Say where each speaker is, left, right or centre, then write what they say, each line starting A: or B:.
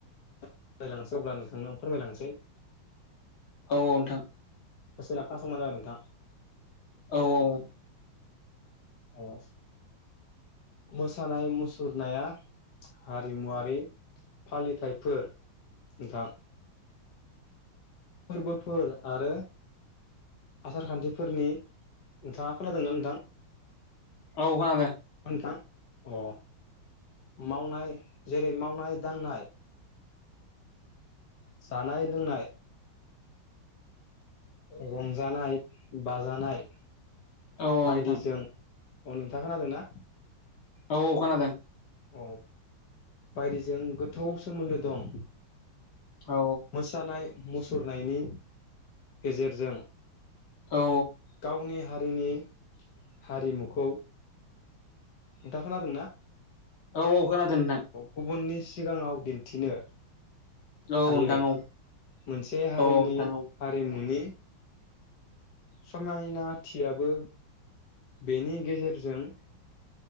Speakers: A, on the left (about 55°); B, on the left (about 75°).
A: फोरमायलांनोसै अब्ला नोंथांनो फोरमायलांनोसै।
B: औ नोंथां।
A: गोसो लाखा समा जाबाय नोंथां।
B: औ औ
A: औ मोसानाय मुसुरनाया हारिमुवारि फालिथायफोर बा फोरबोफोर आरो आसार खान्थिफोरनि नोंथाङा खोनादोंना नोंथां?
B: औ खोनादों।
A: थां अ मावनाय जेरै मावनाय दांनाय जानाय लोंनाय रंजानाय बाजानाय
B: औ
A: बायदिजों
B: नोंथां
A: अ नोंथाङा खोनादों ना?
B: औ औ खोनादों।
A: अ बायदिजों गोथौ सोमोन्दो दं।
B: औ
A: मोसानाय मुसुरनायनि गेजेरजों
B: औ
A: गावनि हारिनि हारिमुखौ दा खोनादों ना?
B: औ औ खोनादों नोंथां।
A: गुबुननि सिगाङाव दिन्थिनो
B: औ
A: हायो
B: नोंथां औ
A: मोनसे हारिनि
B: औ नोंथां औ
A: हारिमुनि समायनाथियाबो बेनि गेजेरजों